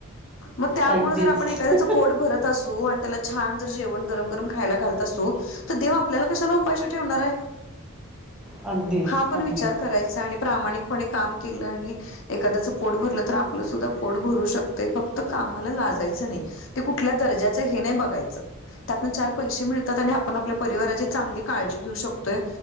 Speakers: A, on the left (about 65°); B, in the centre.
A: मग त्यामुळे
B: अगदीच
A: जर आपण एखाद्याचं पोट भरत असू, आणि त्याला छान जर जेवण गरम, गरम खायला घालत असू तर देव आपल्याला कशाला उपाशी ठेवणार आहे.
B: अगदीच
A: हा पण
B: अगदीच
A: विचार करायचा आणि प्रामाणिकपणे काम केलं आणि एखाद्याचं पोट भरलं तर आपलं सुद्धा पोट भरू शकतंय फक्त कामाला लाजायचं नाही. ते कुठल्या दर्जाचं हे नाही बघायचं. त्यातन चार पैसे मिळतात आणि आपण आपल्या परिवाराची चांगली काळजी घेऊ शकतोय.